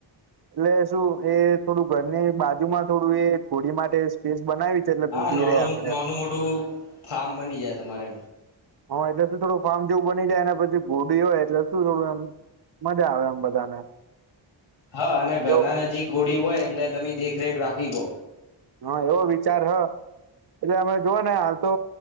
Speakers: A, on the right (about 55°); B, on the left (about 80°).
A: એટલે શું એ થોડું ઘરની બાજુમાં, થોડું એ ઘોડી માટેે બનાવી છે, એટલે ઘોડી
B: નાનું,
A: રે આપડે
B: નાનું મોટું ફાર્મ બની જાય, તમારે
A: હા, એટલે શું થોડું ફાર્મ જેવું બની જાય, અને પછી ઘોડી હોય, એટલે શું થોડું એમ મજા આવે, એમ બધાને
B: હા, અને ઘરના
A: એવો
B: નજીક ઘોળી હોય, એટલે તમે દેખરેખ રાખી શકો
A: હા, એવો વિચાર હ એટલે અમે જોઓ ને હાલ, તો